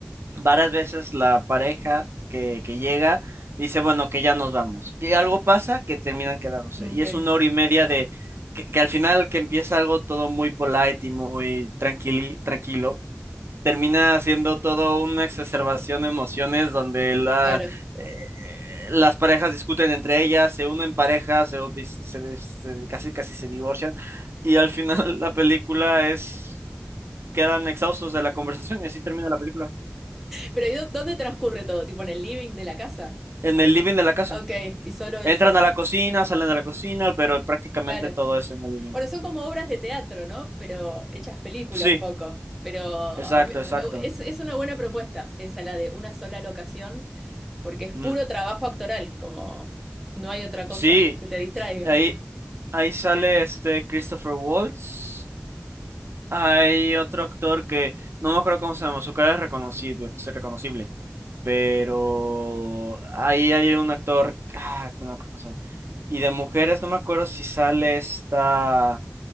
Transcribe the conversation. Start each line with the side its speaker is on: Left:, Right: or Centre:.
Right: varias veces la pareja que, que llega dice, bueno, que ya nos vamos. Y algo pasa que terminan quedándose.
Centre: Ok,
Right: Y es una hora y media de que, que al final que empieza algo todo muy polite y muy tranquili- tranquilo, termina siendo todo una exacerbación de emociones donde la,
Centre: claro.
Right: eh, las parejas discuten entre ellas, se unen parejas, se, se- se- casi casi se divorcian. Y al final <laughs> la película es... quedan exhaustos de la conversación y así termina la película.
Centre: Pero ¿y dó- dónde transcurre todo? ¿Tipo en el living de la casa?
Right: En el living de la casa.
Centre: Ok, y solo eso.
Right: Entran a la cocina, salen de la cocina, pero prácticamente
Centre: Claro.
Right: todo es en el living.
Centre: Bueno, son como obras de teatro, ¿no? Pero hechas película
Right: Sí,
Centre: un poco. Pero
Right: exacto,
Centre: a mí- me-
Right: exacto.
Centre: me- es, es una buena propuesta esa, la de una sola locación, porque es puro
Right: Mm,
Centre: trabajo actoral, como no hay otra cosa
Right: sí,
Centre: que te distraiga.
Right: ahí, ahí sale este Christopher Waltz. Hay otro actor que no me acuerdo cómo se llama, su cara es reconocible, es reconocible, pero ahí hay un actor, ah, no me acuerdo cómo se llama. Y de mujeres no me acuerdo si sale esta